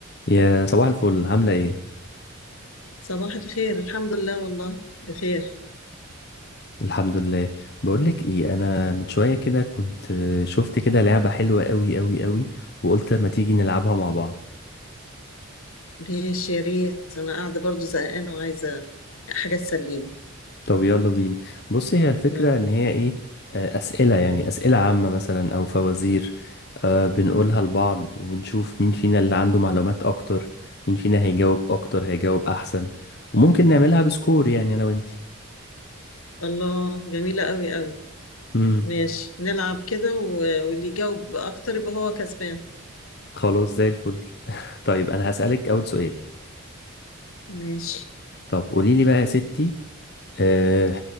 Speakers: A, on the left; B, on the left.
A: يا صباح الفل عاملة ايه؟
B: صباح الخير الحمد لله والله بخير
A: الحمد لله بقولك ايه انا من شوية كده كنت آه، شفت كده لعبة حلوة قوي قوي قوي وقلت ما تيجي نلعبها مع بعض
B: ماشي يا ريت انا قاعده برضو زهقانه وعايزه حاجه تسليني
A: طب يلا بينا بص هي الفكرة
B: يلا
A: ان هي ايه آه، اسئلة يعني اسئلة عامة مثلا او فوازير آه، بنقولها لبعض ونشوف مين فينا اللي عنده معلومات اكتر مين فينا هيجاوب اكتر هيجاوب احسن وممكن نعملها بسكور يعني انا وانتي
B: الله جميله قوي قوي
A: امم
B: ماشي نلعب كده و... واللي يجاوب اكتر يبقى هو كسبان
A: خلاص زي الفل طيب انا هسألك اول سؤال
B: ماشي
A: طب قوليلي بقى يا ستي آه،